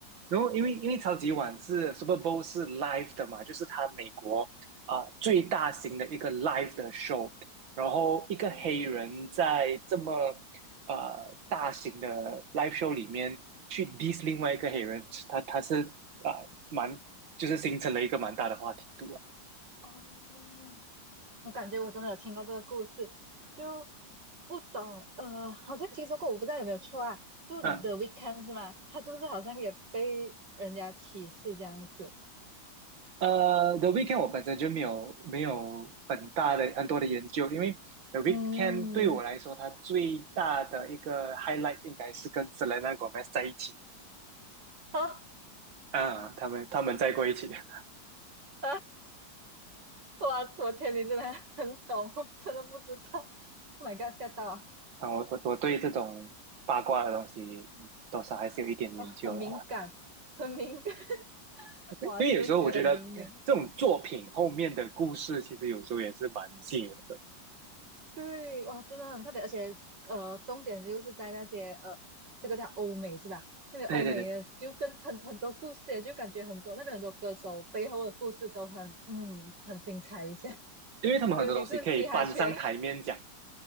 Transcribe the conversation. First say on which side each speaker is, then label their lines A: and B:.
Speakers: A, on the right (about 90°); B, on the right (about 65°).
A: 然后因为因为超级碗是 Super Bowl 是 live 的嘛，就是它美国啊、呃最大型的一个 live 的 show，然后一个黑人在这么
B: 哦
A: 呃大型的 live show 里面去 diss 另外一个黑人，他他是啊、呃蛮就是形成了一个蛮大的话题度啊，
B: 哦，我感觉我真的有听过这个故事，就不懂呃，好像听说过，我不知道有没有错啊。就
A: 嗯。
B: The Weeknd e 是吗？他是不是好像也被人家歧视这样子？
A: 呃，The Weeknd e 我本身就没有没有很大的很多的研究，因为 The Weeknd
B: 嗯，
A: e 对我来说，它最大的一个 highlight 应该是跟 Selena Gomez 在一起
B: <laughs> 啊
A: 啊，他们他们在过一起啊，
B: 啊，哇，我天，你真的很懂，<laughs> 我真的不知道。Oh my god，吓到啊！
A: 我我我对这种八卦的东西嗯多少还是有一点研究了，
B: 哇，很敏感，很敏感，<laughs>
A: <laughs>
B: 哇，
A: 因为有时候我觉得这种作品后面的故事，
B: 嗅觉很灵敏。
A: 其实有时候也是蛮吸引人的。
B: 对，哇，真的很特别，而且呃，重点就是在那些呃，这个叫欧美是吧？那边欧美的就跟很很多故事，
A: 对对对，
B: 就感觉很多那边很多歌手背后的故事都很嗯很精彩一些，<laughs>
A: 因为他们很多东西可以搬上台面讲
B: 尤其是嘻哈圈，